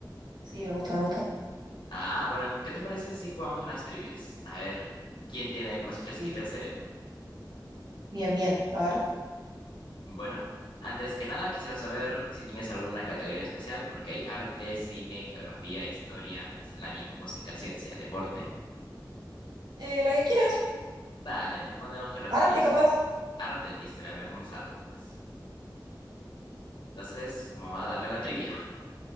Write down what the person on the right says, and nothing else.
Sí, me gusta, me gusta.
Sí,
bien, bien. A ver.
Eh, lo que quieras.
Arte,
capaz.